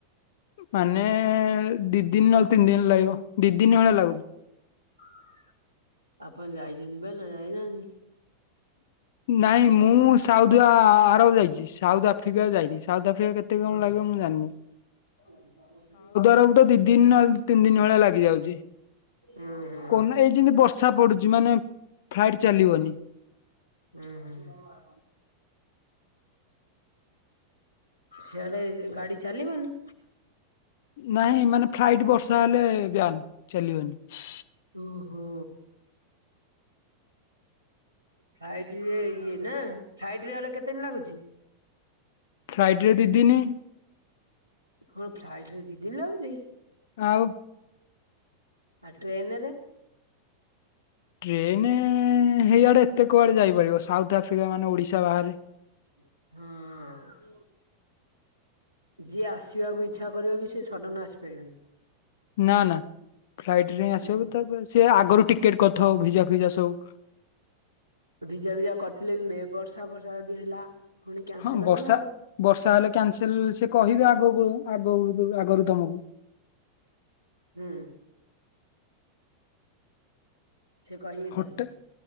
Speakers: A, on the left (about 55°); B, on the right (about 80°).
A: ମାନେ ଦି ଦିନ ନହେଲେ ତିନି ଦିନ ଲାଗିବ। ଦି ଦିନି ଖଣ୍ଡେ ଲାଗି
B: <unintelligible> ଆପଣ ଯାଇଛନ୍ତି ବା ନାଁ ଯାଇନାହାଁନ୍ତି।
A: ନାଇଁ ମୁଁ ସାଉଦୁଆ ଆରବ ଯାଇଛି। ସାଉଥ ଆଫ୍ରିକା ଯାଇନି, ସାଉଥ ଆଫ୍ରିକା କେତ କଣ
B: ହୁଁ
A: ଲାଗିବ ମୁଁ ଜାଣିନି।
B: <inaudible>
A: କହିବୁ ତ ଦି ଦିନ ନହେଲେ ତିନି ଦିନ ଭଳିଆ ଲାଗି ଯାଉଛି।
B: ଉଁ ହୁଁ।
A: କଅନା ଏଇ ଯେମିତି ବର୍ଷା ପଡୁଛି ମାନେ ଫ୍ଲାଇଟ ଚାଲିବନି।
B: ଉଁ ହୁଁ। ସିଆଡେ ଗାଡି ଚାଲିବନି।
A: ନାଇଁ ମାନେ ଫ୍ଲାଇଟ ବର୍ଷା ହେଲେ ବ୍ୟାନ୍ ଚାଲିିବନି।
B: ଓହୋ। ଫ୍ଲାଇଟ ଇଏ ନା ଫ୍ଲାଇଟ ରେ ଗଲେ କେତେଦିନ ଲାଗୁଛି?
A: ଫ୍ଲାଇଟରେ ଦି ଦିନି।
B: କଣ ଫ୍ଲାଇଟରେ ଦି ଦିନି ଲାଗୁଛି।
A: ଆଉ।
B: ଆଉ ଟ୍ରେନ୍ ରେ।
A: ଟ୍ରେନ ହେଇଆଡ଼େ ଏତେ କୁଆଡ଼େ ଯାଇପାରିବ, ସାଉଥ୍ ଆଫ୍ରିକା ମାନେ ଓଡ଼ିଶା ବାହାରେ।
B: ହଁ ଅ। ଯିଏ ଆସିବାକୁ ଇଚ୍ଛା କରିବ ବି ସେ ସଡ଼ନ ଆସିପାରିବନି।
A: ନା ନା ଫ୍ଲାଇଟ ରେ ହିଁ ଆସିବ
B: ହୁଁ
A: ତ ସିଏ ଆଗରୁ ଟିକେଟ କରିଥିବ ଭିଜା ଫିଜା ସବୁ।
B: ଭିଜା ଭିଜା କରିଥିଲେ ବି ମେ ବର୍ଷା ବର୍ଷା ଯଦି ହେଲା। ପୁଣି କ୍ୟାନସେଲ
A: ହଁ ବର୍ଷା
B: ହବ ନା ଆଉ।
A: ବର୍ଷା ହେଲେ କ୍ୟାନ୍ସେଲ୍ ସେ କହିବେ ଆଗକୁ ଆଗ ଆଗରୁ ତମକୁ।
B: ହୁଁ। ସେ କହିବେ ତାହେଲେ
A: ହୋଟେ